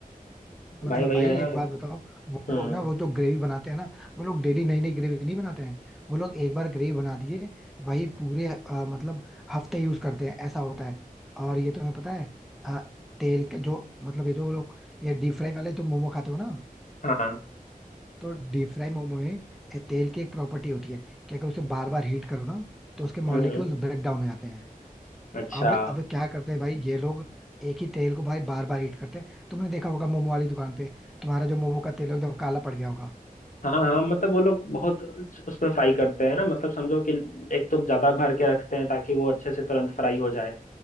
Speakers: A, in the centre; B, on the left.
A: मतलब
B: भाई वही
A: भाई
B: है ना
A: एक बात बताओ वो
B: हम्म
A: लोग ना वो जो ग्रेवी बनाते हैं ना वो लोग डेली नई नई ग्रेवी नहीं बनाते हैं वो लोग एक बार ग्रेवी बना दिए वही पूरे अ, मतलब हफ्ते यूज करते हैं ऐसा होता है और ये तुम्हें पता है अ, तेल के जो मतलब ये जो लोग ये डीप फ्राई वाले जो मोमो खाते हो ना
B: हाँ
A: तो डीप फ्राई मोमो में ए, तेल की एक प्रॉपर्टी होती है कि अगर उसे बार बार हीट करो ना तो उसके मॉलिक्यूल्स
B: हम्म
A: ब्रेक डाउन हो जाते हैं
B: अच्छा
A: अब अब क्या करते हैं भाई ये लोग एक ही तेल को भाई बार बार हीट करते हैं तुमने देखा होगा मोमो वाली दुकान पे तुम्हारा जो मोमो का तेल है, एकदम काला पड़ गया होगा
B: हाँ हाँ मतलब वो लोग बहुत उसमें फ्राई करते हैं ना मतलब समझो कि एक तो ज्यादा भर के रखते हैं ताकि वो अच्छे से तुरंत फ्राई हो जाए